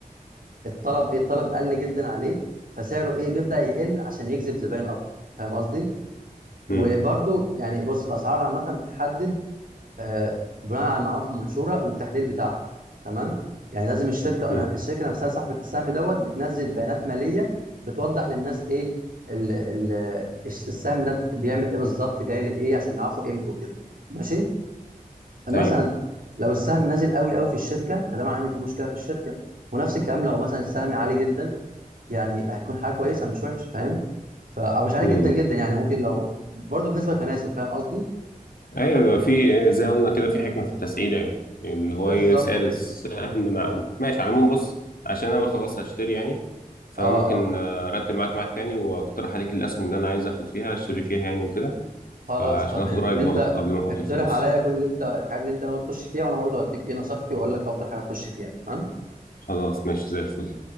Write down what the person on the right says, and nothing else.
الطلب ايه الطلب قل جدا عليه فسعره ايه بيبدأ يقل عشان يجذب زباين اكتر فاهم قصدي
وبرده يعني بص الاسعار عامه بتحدد آه، بناء على المعلومات المنشوره والتحليل بتاعها تمام يعني لازم الشركه
الشركه نفسها صاحبه السهم دوت بتنزل بيانات ماليه بتوضح للناس ايه ال ال السهم ده بيعمل ايه بالظبط جاي لايه عشان يعرفوا قيمته وكده ماشي مثلا
لو السهم نازل قوي قوي في الشركه فده معناه ان في مشكله في الشركه ونفس الكلام لو مثلا السهم عالي جدا يعني هيكون حاجه كويسه مش وحش فاهم ف او مش عالي
جدا جدا يعني ممكن لو برضه بنسبه تناسب فاهم قصدي
بالظبط
كده
اه
اه
خلاص تمام
انت
اقترح
عليا كل اللي انت الحاجات اللي انت ناوي تخش فيها وانا برضه هديك ايه نصيحتي واقول لك افضل حاجه تخش فيها تمام